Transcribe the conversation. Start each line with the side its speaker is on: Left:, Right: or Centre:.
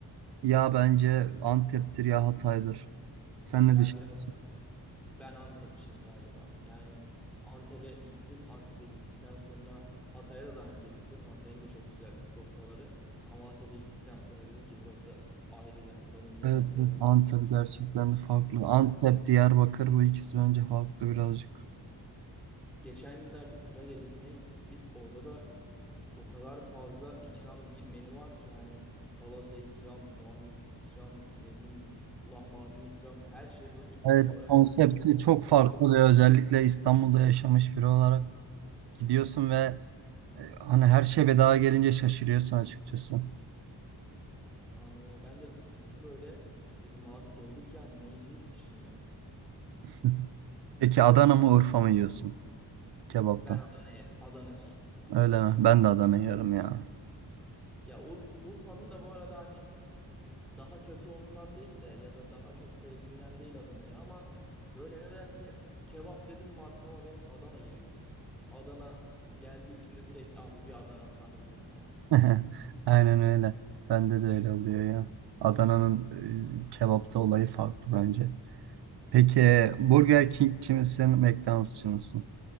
Right: ya bence Antep'tir ya Hatay'dır. Sen ne
Centre: Ben
Right: düşünüyorsun?
Centre: biraz ben Antepçiyim galiba. Yani Antep'e gittim. Antep'e gittikten sonra Hatay'a da daha önce gittim. Hatay'ın da çok güzel sofraları. Ama Antep'e gittikten sonra dedim ki burası ayrı ya. Buranın yemekleri,
Right: Evet, evet,
Centre: yemek
Right: Antep
Centre: kültürü
Right: gerçekten de farklı.
Centre: çok ayrı.
Right: Antep, Diyarbakır bu ikisi bence farklı birazcık.
Centre: Geçen günlerde sıra gecesine gittik biz. Orada da O kadar fazla ikram bir menü var ki yani salata ikram, soğan ilk ikram, ne bileyim lahmacun ikram her şey böyle ikram
Right: Evet,
Centre: olarak
Right: konsepti
Centre: geliyor.
Right: çok farklı
Centre: Doyduk.
Right: oluyor. Özellikle İstanbul'da yaşamış biri olarak gidiyorsun ve e, hani her şey bedava gelince şaşırıyorsun açıkçası.
Centre: Aynen öyle. Ben de gittim böyle dedim abi doyduk yani ne yiyeceğiz ki şimdi?
Right: <laughs> Peki Adana mı Urfa mı yiyorsun kebapta?
Centre: Ben Adana yerim. Adanacıyım.
Right: Öyle mi? Ben de Adana yiyorum ya.
Centre: Ya Ur- Urfa'nın da bu arada hani daha kötü olduğundan değil de ya da daha çok sevdiğimden değil Adana'yı ama böyle nedense kebap dedim mi aklıma benim Adana geliyor. Adana geldiği için de direkt abi bir Adana sar diyorum yani.
Right: <laughs> Aynen öyle. Bende de öyle oluyor ya. Adana'nın e, kebapta olayı farklı bence. Peki Burger King'ci misin, McDonald'sçı mısın?